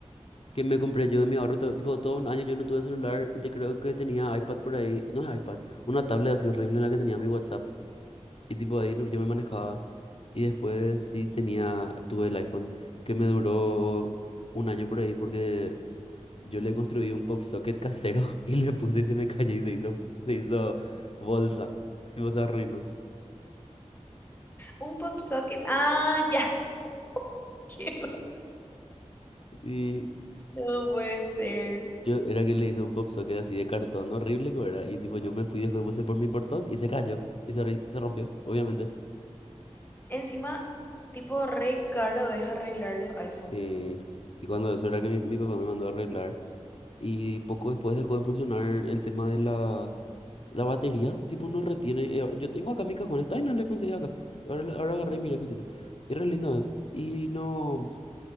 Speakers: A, on the left (about 55°); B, on the left (about 20°).
A: que me compré yo de mi ahorro, todo- tipo, todo un año yo no tuve celular y te creo que tenía iPad por ahí, no es iPad, una tablet así horrible en la que tenía mi WhatsApp y tipo ahí no- yo me manejaba y después sí tenía, tuve el iPhone que me duró un año por ahí porque yo le construí un pop socket casero <laughs> y le puse y se me cayó y se hizo, se hizo bolsa, tipo se arruinó.
B: Un pop socket. Ah, ya. <laughs> Qué-
A: Sí,
B: No puede ser.
A: yo era que le hice un pop socket así de cartón horrible que era y tipo yo me fui después puse por mi portón y se cayó y se, ri- se rompió, obviamente.
B: Encima, tipo, re caro es arreglar los iPhones.
A: Sí, y cuando eso era que mi, mi papá me mandó a arreglar. Y poco después dejó de funcionar el tema de la, la batería. Tipo, no retiene. eh, Yo tengo acá mi cajón, está en el iPhone 6 acá. Ahora, la- ahora agarré
B: Ujú.
A: y miré justito. Y re lindo es. Y no,